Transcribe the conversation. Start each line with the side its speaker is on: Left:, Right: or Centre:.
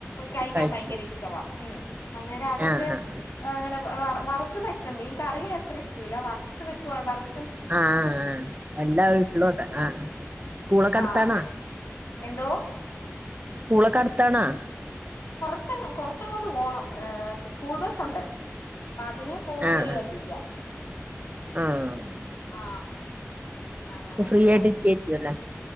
Left: കഴിക്കാൻ
Right: കഴിച്ചു
Left: ഭയങ്കര ഇഷ്ടവാ മ് അന്നേരം അതൊക്കെ
Right: ആഹ് ആഹ്
Left: അങ്ങനെ വറ് വറുക്കുന്ന ഇഷ്ടം മീൻ കറിയത്ര ഇഷ്ടില്ല വറുത്ത് വെക്ക വറ്
Right: ആ എല്ലാ വീട്ടിലും അത ആ സ്കൂളൊക്കെ
Left: ആ
Right: അടുത്താണാ?
Left: അതെ എന്തോ
Right: സ്കൂളൊക്കെ അടുത്താണാ
Left: ച്ച കൊറച്ചങ്ങോട്ട് പോണം സ്കൂൾ ബസ്സ ഉണ്ട് അപ്പ അതിന് പോയി
Right: ആഹ്
Left: വരിക
Right: ആഹ്
Left: ചെയ്യാ
Right: ആഹ്
Left: ആ അങ്ങനെയൊക്കെയാ
Right: ഫ്രീ ആയിട്ട് ഇരിക്കുവായിരിക്കുവല്ലെ